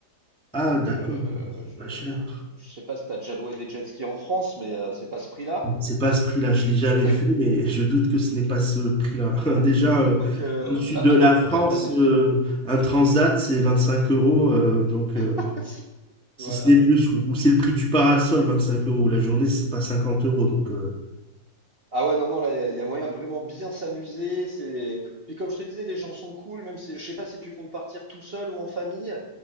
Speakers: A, in the centre; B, on the right.
A: Ah
B: Donc
A: d'accord,
B: euh,
A: bon, bah, c'est
B: je,
A: pas cher.
B: je sais pas si t'as déjà loué des jet skis en France, mais euh, c'est pas ce prix-là.
A: Non, C'est pas ce prix-là, je
B: Donc,
A: l'ai jamais
B: heu,
A: fait,
B: <laughs>
A: mais je doute que ce n'est pas ce prix-là. <laughs> Déjà, euh,
B: donc heu,
A: dans le sud
B: là-bas,
A: de la
B: tu peux
A: France,
B: bien t'amuser.
A: euh, un transat, c'est 25 euros. euh, donc, euh,
B: <laughs>
A: si
B: Voilà.
A: ce n'est plus, ou, ou c'est le prix du parasol, 25 euros. La journée, c'est pas 50 euros. Donc, euh,
B: Ah ouais, non, non, là, il y a y a moyen de vraiment bien s'amuser. C'est puis comme je te disais, les gens sont cool, même si je sais pas si tu comptes partir tout seul ou en famille?